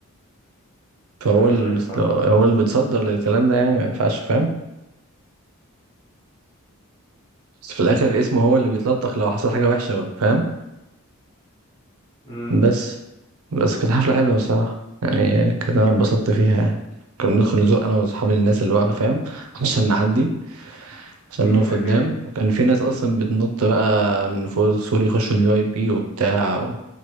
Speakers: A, on the right; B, on the left.
A: فهو
B: ايوه
A: ال...
B: ايوه فاهم
A: هو اللي متصدر للكلام ده يعني ما ينفعش فاهم بس في الاخر اسمه هو اللي بيتلطخ لو حصل حاجه وحشه فاهم
B: امم
A: بس بس كانت حفلة حلوة الصراحة يعني كانت أنا اتبسطت فيها يعني كنا بندخل نزق أنا وأصحابي الناس اللي واقفة فاهم عشان نعدي عشان
B: امم
A: نقف
B: اكيد
A: قدام وكان في ناس أصلا بتنط بقى من فوق سوري يخشوا الفي أي بي وبتاع و...